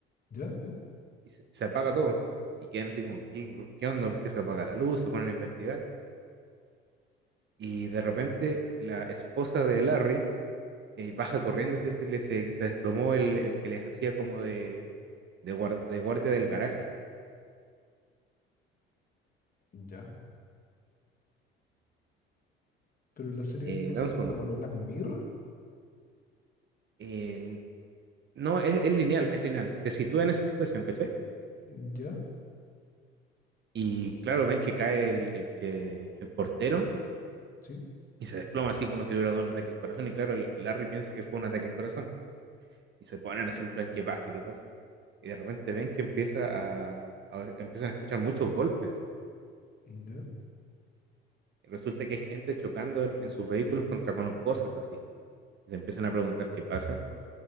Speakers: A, on the left; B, on the right.
A: ya, ¿eh?
B: y se, se apaga todo. Y quedan así como, ¿qué, por- qué onda? ¿Por qué se apaga la luz? Se ponen a investigar. Y de repente la esposa de Larry eh, baja corriendo, así decirle, se, se desplomó el, el que les hacía como de, de, guar- de guardia del garaje.
A: ya. Pero la serie
B: Eh,
A: entonces,
B: dame un segundo.
A: como lo Black Mirror,
B: Eh, No, es, es lineal, es lineal. Te sitúa en esa situación, ¿cachai?
A: ya,
B: Y claro, ven que cae el, el que, el portero
A: sí,
B: y se desploma así como si le hubiera dado un ataque al corazón. Y claro, el Larry piensa que fue un ataque al corazón. Y se ponen así en plan, ¿qué pasa? ¿Qué pasa? Y de repente ven que empieza a, a- empiezan a escuchar muchos golpes.
A: ya.
B: Y resulta que hay gente chocando en, en sus vehículos contra con cosas así. Y se empiezan a preguntar qué pasa.